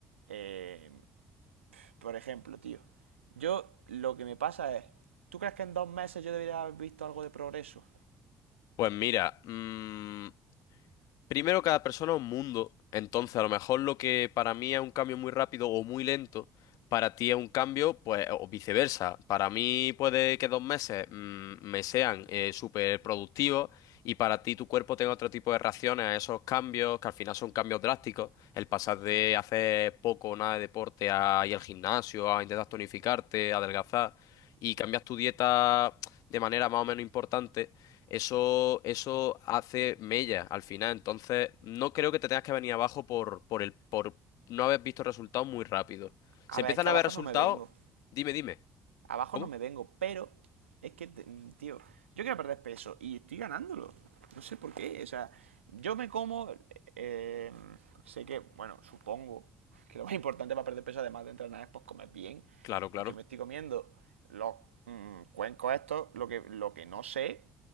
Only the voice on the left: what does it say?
Pues mira, mm, Primero, cada persona es un mundo. Entonces, a lo mejor lo que para mí es un cambio muy rápido o muy lento, para ti es un cambio, pues, o viceversa. Para mí puede que dos meses mm, me sean eh, súper productivos y para ti tu cuerpo tenga otro tipo de reacciones a esos cambios, que al final son cambios drásticos. El pasar de hacer poco o nada de deporte a ir al gimnasio, a intentar tonificarte, a adelgazar y cambias tu dieta de manera más o menos importante eso, eso hace mella al final. Entonces, no creo que te tengas que venir abajo por, por el, por no haber visto resultados muy rápido.
Se
empiezan
a
ver resultados.
Dime, dime.
¿Cómo?
Claro, claro.